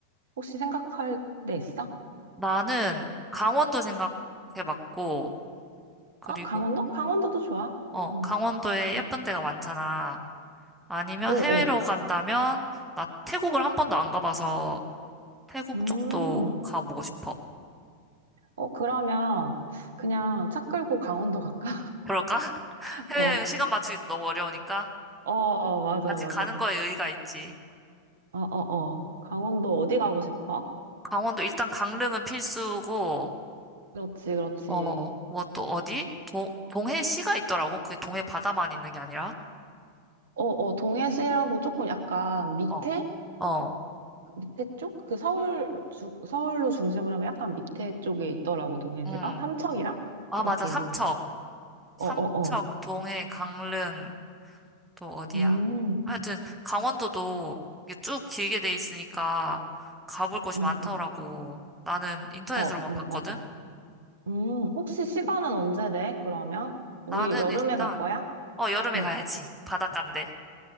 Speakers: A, on the right (about 60°); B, in the centre.
A: 혹시 생각할 데 있어?
B: 나는 강원도 생각해봤고, 그리고,
A: 아, 강원도? 강원도도 좋아.
B: 어,
A: 어,
B: 강원도에 예쁜 데가 많잖아. 아니면
A: 어, 어.
B: 해외로 간다면, 나 태국을 한 번도 안 가봐서 태국
A: 음,
B: 쪽도 가보고 싶어.
A: 어, 그러면 그냥 차 끌고 강원도 갈까?
B: 그럴까? <laughs>
A: <laughs>
B: 해외여행
A: 어,
B: 시간 맞추기도 너무 어려우니까
A: 어, 어, 맞아,
B: 같이
A: 맞아.
B: 가는
A: 어,
B: 거에 의의가 있지.
A: 어, 어. 강원도 어디 가고 싶어?
B: 강원도 일단 강릉은 필수고,
A: 그렇지, 그렇지.
B: 어, 뭐 또 어디? 동, 동해시가 있더라고. 그게 동해 바다만 있는 게 아니라.
A: 어, 어, 동해시라고 조금 약간 밑에?
B: 어, 어,
A: 밑에 쪽? 그 서울, 주, 서울로 중심으로 하면 약간 밑에 쪽에 있더라고, 동해시가.
B: 응.
A: 삼척이랑?
B: 아,
A: 이렇게
B: 맞아. 삼척.
A: 있는 거.
B: 삼척,
A: 어, 어, 어.
B: 동해, 강릉, 또 어디야?
A: 음,
B: 하여튼, 강원도도 이게 쭉 길게 돼 있으니까 가볼 곳이
A: 음,
B: 많더라고.
A: 음.
B: 나는 인터넷으로만
A: 어, 음,
B: 봤거든?
A: 맞아. 음, 혹시 시간은 언제 돼, 그러면? 우리
B: 나는
A: 여름에
B: 일단,
A: 갈 거야?
B: 어, 여름에
A: 응.
B: 가야지. 바닷가인데.